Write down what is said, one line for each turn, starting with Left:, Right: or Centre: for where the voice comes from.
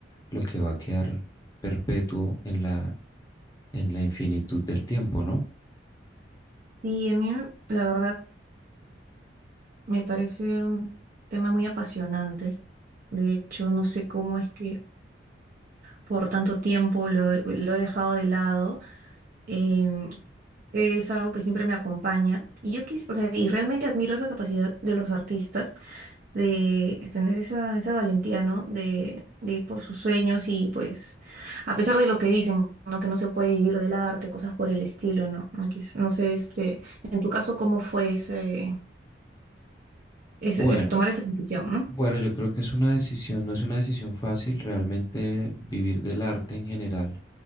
Left: lo que va a quedar perpetuo en la, en la infinitud del tiempo, ¿no?
Right: Y a mí, la verdad, Me parece un tema muy apasionante. De hecho, no sé cómo es que por tanto tiempo lo, he lo he dejado de lado. Em, es algo que siempre me acompaña. Y yo quis, o sea, y realmente admiro esa capacidad de los artistas de tener esa, esa valentía, ¿no? De, de ir por sus sueños y pues, a pesar de lo que dicen, ¿no? Que no se puede vivir del arte, cosas por el estilo, ¿no? No, quis- no sé, este, en tu caso, ¿cómo fue ese, ese-
Left: Bueno,
Right: es tomar esa decisión, ¿no?
Left: Bueno, yo creo que es una decisión, no es una decisión fácil realmente vivir del arte en general.